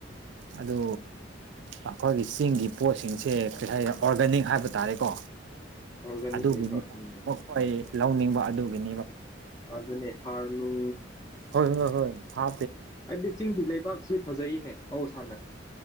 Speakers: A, on the right; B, on the left.
A: ꯑꯗꯨ ꯑꯩꯈꯣꯏꯒꯤ ꯆꯤꯡꯒꯤ ꯄꯣꯠꯁꯤꯡꯁꯦ ꯀꯔꯤ ꯍꯥꯏ ꯑꯣꯔꯒꯥꯅꯤꯛ ꯍꯥꯏꯕ ꯇꯥꯔꯦꯀꯣ
B: ꯑꯣꯔꯒꯥꯅꯤꯛ
A: ꯑꯗꯨꯒꯤꯅꯤꯕ
B: ꯑꯣꯏꯕ ꯎꯝ
A: ꯃꯈꯣꯏ ꯂꯧꯅꯤꯡꯕ ꯑꯗꯨꯒꯤꯅꯦꯕ
B: ꯑꯗꯅꯦ ꯍꯥꯔꯅꯨ
A: ꯍꯣꯏ ꯍꯣꯏ ꯍꯣꯏ ꯍꯥ
B: ꯍꯥꯏꯕꯗꯤ ꯆꯤꯡꯒꯤ ꯂꯩꯕꯥꯛꯁꯤ ꯐꯖꯩꯅꯦ ꯃꯍꯧꯁꯥꯅ